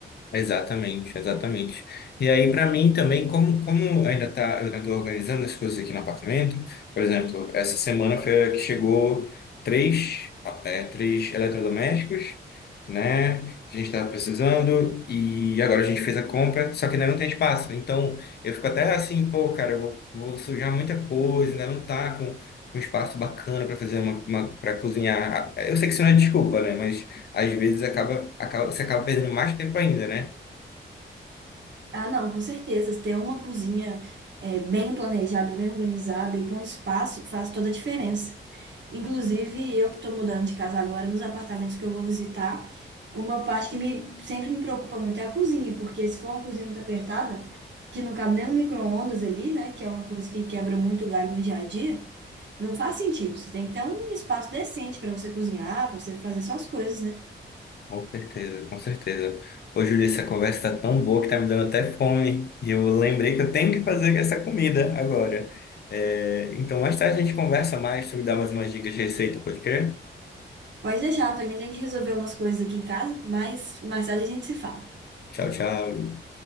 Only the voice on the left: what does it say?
Exatamente, exatamente. E aí, para mim também, como, como ainda tá, eu ainda estou organizando as coisas aqui no apartamento, por exemplo, essa semana foi a que chegou três, é, três eletrodomésticos, né? A gente estava precisando e agora a gente fez a compra, só que ainda não tem espaço. Então, eu fico até assim, pô, cara, eu vou, vou sujar muita coisa, ainda não tá com um espaço bacana para fazer uma, uma para cozinhar. Eu sei que isso não é desculpa, né? às vezes acaba, acaba, você acaba perdendo mais tempo ainda, né?
Com certeza, com certeza. Ô, Júlio, essa conversa tá tão boa que tá me dando até fome. E eu lembrei que eu tenho que fazer essa comida agora. É, então, mais tarde a gente conversa mais, tu me dá mais umas dicas de receita, pode crer?
Tchau, tchau.